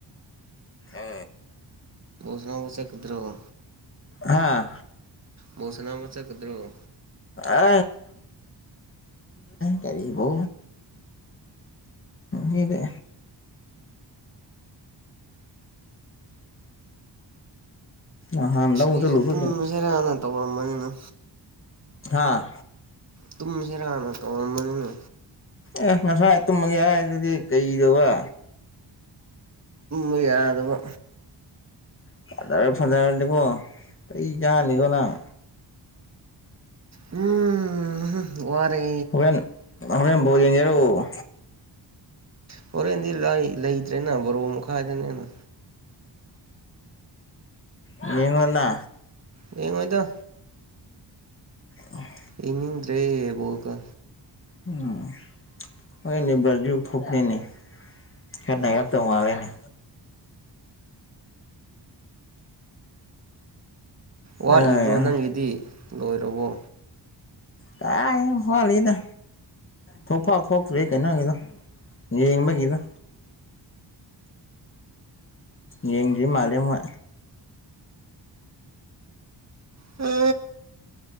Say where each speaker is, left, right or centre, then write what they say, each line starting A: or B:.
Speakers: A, on the left (about 30°); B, on the right (about 35°).
A: ꯑ
B: ꯁꯅꯥ ꯄꯨꯁꯦ ꯏꯗꯔꯣ
A: ꯍꯥꯥ
B: ꯃꯣꯁꯅꯥ ꯃꯁ ꯀꯗꯔꯣ
A: ꯑ ꯀꯔꯤꯕꯣ ꯌꯦꯗ ꯑ ꯍꯥꯟ
B: ꯑꯁ
A: ꯂꯕꯨꯗ
B: ꯑꯩꯁꯨ
A: ꯂꯨꯕꯒ
B: ꯇꯨꯝꯁꯤꯔꯥꯅ ꯇꯧꯔꯝꯕꯅꯤꯅ
A: ꯍꯥꯥ
B: ꯇꯨꯝꯁꯤꯔꯅ ꯀꯣꯃꯅꯤꯅ
A: ꯑꯦ ꯉꯁꯥꯏ ꯇꯨꯝꯃꯒꯦ ꯍꯥꯏ ꯑꯗꯨꯗꯤ ꯀꯩꯗꯧꯕ
B: ꯎ ꯌꯥ ꯑꯗꯨꯕ
A: ꯐꯖꯔ ꯐꯖꯔꯅꯤꯀꯣ ꯀꯩ ꯌꯥꯅꯤꯀꯣ ꯅꯪ
B: ꯎꯝ ꯋꯥꯔꯦ
A: ꯍꯣꯔꯦꯟ ꯍꯣꯔꯦꯟ ꯣꯔꯣ <unintelligible>
B: ꯑꯣꯏꯔ ꯍꯗꯤ ꯂ ꯂꯩ ꯕꯥꯥꯔ ꯃꯥꯏꯗ ꯅ
A: ꯑ ꯌꯦꯉꯅ
B: ꯌꯦ ꯑꯣꯏꯣꯏꯗ
A: ꯑ
B: ꯏꯃꯗ꯭ꯔꯦꯕꯣ ꯀ
A: ꯎꯝ ꯑꯣꯏꯣꯏꯅꯤ ꯖꯨ ꯐꯨꯄꯅꯤꯅꯤ ꯍꯦꯟꯅꯍꯥꯛꯛꯇꯧ
B: ꯎꯝ
A: ꯃꯥꯔꯦꯅꯦ
B: ꯋꯥꯠꯂꯤꯕ꯭ꯔꯣ
A: ꯑꯥꯏ
B: ꯅꯪꯒꯤꯗꯤ ꯂꯣꯏꯔꯕꯣ
A: ꯇ ꯍꯜꯂꯤꯗ ꯊꯣꯛꯣꯛꯐꯥꯎ ꯊꯣꯛꯇ꯭ꯔꯦ ꯀꯩꯅꯪꯒꯤꯗꯣ ꯌꯦꯡꯕꯒꯤꯗ ꯌꯦꯡꯡꯒꯤ ꯃꯥꯂ ꯑꯃ
B: ꯑ